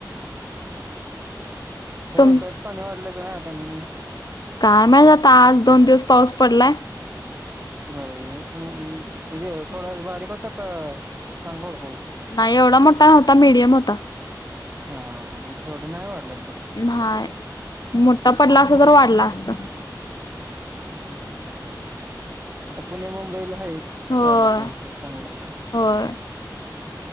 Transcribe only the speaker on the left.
तुम
काय माहित आता आज दोन दिवस पाऊस पडलाय
नाही एवढा मोठा होता मीडियम होता
नाहीय मोठा पडला अस तर वाढला असता
होय
होय